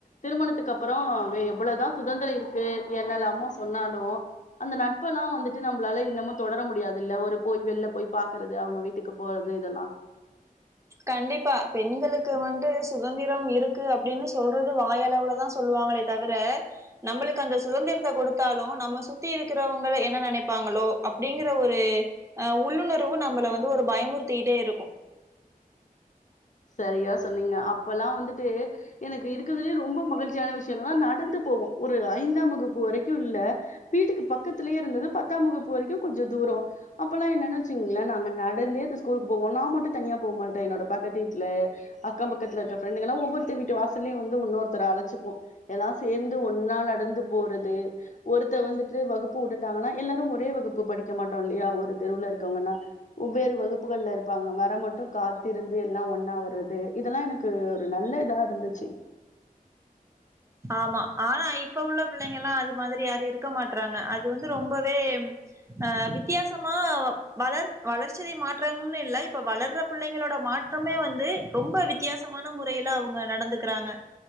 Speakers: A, on the left; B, on the right.
A: திருமணத்துக்கு அப்புறோ எவ்ளவுதா சுதந்திரோ இருக்கு என்னல்லாமோ சொன்னாலு அந்த நட்பலா வந்துட்டு நம்மளால இன்னமோ தொடர முடியாது இல்ல ஒரு போய் வெளில போய் பாக்குறது அவுங்க வீட்டுக்கு போறது இதெல்லா
B: கண்டிப்பா பெண்களுக்கு வந்து சுதந்திரம் இருக்கு அப்டின்னு சொல்றது வாய் அளவுல தான் சொல்லுவாங்களே தவிர நம்பளுக்கு அந்த சுதந்திரத்த கொடுத்தாலு நம்ம சுத்தி இருக்கிறவங்கள என்ன நெனைப்பாங்களோ அப்டிங்கற ஒரு அ உள்ளுணர்வு நம்பள வந்து ஒரு பயமுறுத்திகிட்டே இருக்கும்
A: சரியா சொன்னீங்க அப்பல்லா வந்துட்டு எனக்கு இருக்குறதுலயே ரொம்ப மகிழ்ச்சியான விஷய என்னன்னா நடந்து போவோ ஒரு ஐந்தாம் வகுப்பு வரைக்கு இல்ல வீட்டுக்கு பக்கத்துலயே இருந்தது பத்தாம் வகுப்பு வரைக்கு கொஞ்ச தூரோ அப்பல்லா என்னன்னு வச்சீங்களேன் நாங்க நடந்தே இந்த ஸ்கூலுக்கு போவோ நான் மட்டு தனியா போ மாட்டேன் என்னோட பக்கத்து வீட்டு வீட்ல அக்கம் பக்கத்துல இருக்க ஃபிரெண்டுங்கலா ஒவ்வோர்ததி வீட்டு வாசலயு வந்து ஒன்னோர்த்தர அழச்சிப்போ எல்லா சேந்து ஒன்னா நடந்து போறது ஒருத்தர் வந்துட்டு வகுப்பு வுட்டுட்டுடாங்கன்னா எல்லாரு ஒரே வகுப்பு படிக்க மாட்டோ இல்லையா ஒரு தெருவுல இருக்கவுங்கன்னா ஒவ்வேறு வகுப்புகள்ல இருப்பாங்க வர மட்டு காத்திருந்து எல்லா ஒன் னாவர்றது இதெல்லா எனக்கு ஒரு நல்ல இதா இருந்துச்சி
B: ஆமா ஆனா இப்ப உள்ள பிள்ளைங்கலா அது மாதிரி யாரு இருக்க மா ட்ராங்க அது வந்து ரொம்பவே அ வித்தியாசமா வளர் வளர்ச்சிதை மாற்றம்னு இல்ல இப்ப வளர்ற பிள்ளைங்களோட மாற்றமே வந்து ரொம்ப வித்தியாசமான முறையில அவுங்க நடந்துக்கிறாங்க